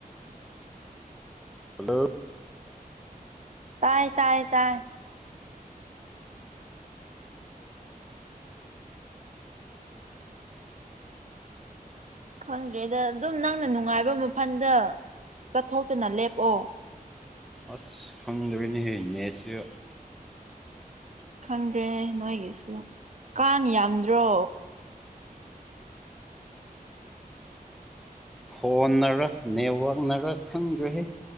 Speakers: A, in the centre; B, on the right.
A: ꯍꯜꯂꯣ
B: ꯇꯥꯏ ꯇꯥꯏ ꯇꯥꯏ ꯈꯪꯗ꯭ꯔꯦꯗ ꯑꯗꯨꯝ ꯅꯪꯅ ꯅꯨꯡꯉꯥꯏꯕ ꯃꯐꯝꯗ ꯆꯠꯊꯣꯛꯇꯨꯅ ꯂꯦꯞꯑꯣ
A: ꯑꯁ ꯈꯪꯗ꯭ꯔꯦꯅꯦꯍꯦ ꯅꯦꯠꯁꯨ
B: ꯑꯁ ꯈꯪꯗ꯭ꯔꯦ ꯅꯣꯏꯒꯤꯁꯨ ꯀꯥꯡ ꯌꯥꯝꯗ꯭ꯔꯣ
A: ꯐꯣꯟꯅꯔ ꯅꯦꯠꯋꯥꯛꯅꯔ ꯈꯪꯗ꯭ꯔꯦꯍꯦ